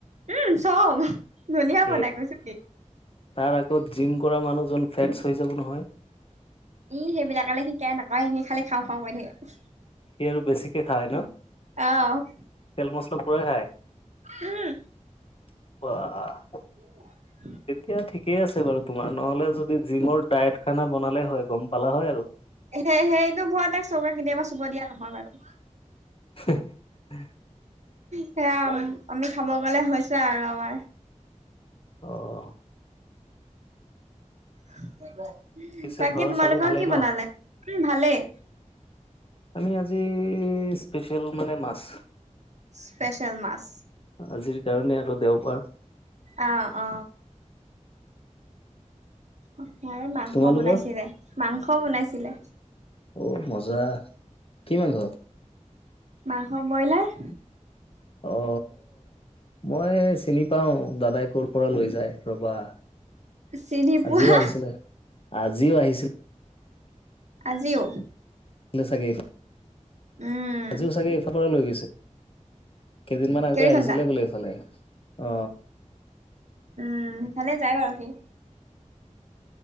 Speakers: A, on the right; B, on the left.
A: উম চব ধুনীয়া বনাই
B: এ
A: কৈছো কি।
B: তাৰ আগত জিম কৰা মানুহজন ফেটছ হৈ যাব নহয়।
A: ই সেইবিলাকলে হি কেয়াৰ নকৰে সি খালি খাওঁ খাওঁ কৈ থাকে।
B: সি আৰু বেছিকে খায় ন?
A: অঁ।
B: তেল মছলা পুৰা খাই।
A: উম
B: ৱাঅঅ
A: উ
B: তেতিয়া ঠিকেই আছে বাৰু তোমাৰ নহলে যদি জিমৰ ডাইট খানা বনালে হয় গম পালা হয় আৰু
A: সেই সেইটো ভয়তে চৌকা কেতিয়াবা চুব দিয়া নহয় বাৰু
B: <unintelligible>
A: সেয়া আমি খাব গলে হৈছে আৰু আমাৰ
B: অঁ
A: তাকে
B: পিছে ঘৰৰ
A: তোমালোকৰ
B: চবে ভালেই
A: কি
B: ন
A: বনালে উম ভালেই
B: আমি আজি স্পেচিয়েল মানে মাছ
A: স্পেচিয়েল মাছ
B: আজিৰ কাৰণে আৰু দেওবাৰ
A: আ অ আমাৰ মাংস
B: তোমালোকৰ
A: বনাইছিলে মাংস বনাইছিলে
B: অ মজা কি মাংস
A: মাংস ব্ৰইলাৰ
B: অ মই চিনি পাও দাদাই কৰ পৰা লৈ যায় ৰবা
A: চিনি পোৱা
B: আজিও আহিছিলে আজিও আহিছি
A: আজিও
B: চাগে
A: উম
B: আজিও চাগে ইফাল পৰা লৈ গৈছে কেইদিনমান আগতে
A: কেৰি
B: আহিছিলে
A: খন্দা
B: বুলে এইফালে অ
A: উম সেইফালে যায় বাৰু সি